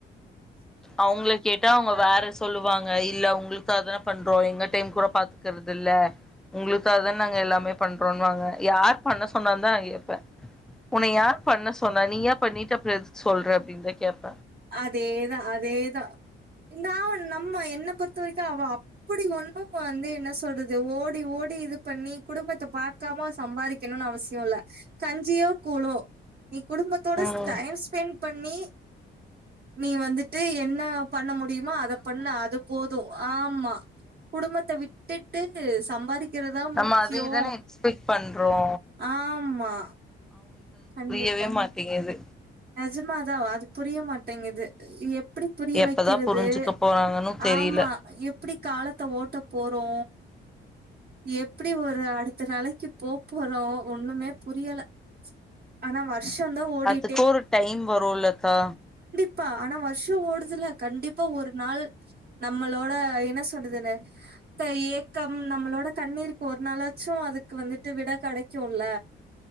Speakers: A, in the centre; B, on the right.
A: அவங்கள கேட்டா அவங்க வேற சொல்லு வாங்க இல்ல உங்ளுக்காக தான பண்றோ எங்க டைம் கூட பாத்துக்கறது இல்ல உங்ளுக்காக தான நாங்க எல்லாமே பண்றோன் னுவாங்க யார் பண்ண சொன்னான் தா நா கேப்பே உன்ன யார் பண்ண சொன்னா நீயா பண்ணிட்டு அப்றம் எதுக்கு சொல்ற அப்டின் தா கேப்பே
B: அதேதா அதே தா இந்தா நம்ம என்ன பொறுத்த வரைக்கு அவ அப்டி ஒன்னு வந்து என்ன சொல்றது ஓடி ஓடி டி இது பண்ணி குடும்பத்த பாக்காம சம்பாரிக்கணுன் அவசியோ இல்ல கஞ்சியோ கூழோ நீ குடும்பத்தோட
A: ம்
B: ஸ் டைம் ஸ்பென்ட் பண்ணி நீ வந்துட்டு என்ன பண்ண முடியுமோ அத பண்ணு அது போது ஆ ம்மா குடும்பத்த விட்டுட்டு சம்பாரி க்கிறதா முக்கியோ
A: நம்ம அதை தான எக்ஸ்பெக்ட் பண்றோ
B: ஆமா கண்டிப்
A: வே மாட்டிங்குது
B: நெஜமாதா அது புரிய மாட்டேங்குது எப்டி புரிய
A: எப்பதா
B: வைக்கிறது
A: புரிஞ்சுக்க போறாங்கன்னு தெரியல
B: ஆமா எப்டி காலத்த ஓட்ட போறோ எப்டி ஒரு அடுத்த நாளைக்கு போ போறோ ஒன்னுமே புரியல ஆனா வர்ஷந்தா ஓடி
A: <unintelligible> ஒரு டைம் வருல்லக்கா
B: ப்பா ஆனா வர்ஷோ ஓடுதுல்ல கண்டிப்பா ஒரு நாள் நம்மளோட என்ன சொல்றதுன்னு இப்ப ஏக்கம் நம்மளோட கண்ணீருக்கு ஒரு நாளாச்சு அதுக்கு வந்துட்டு விட கெடைக்குல்ல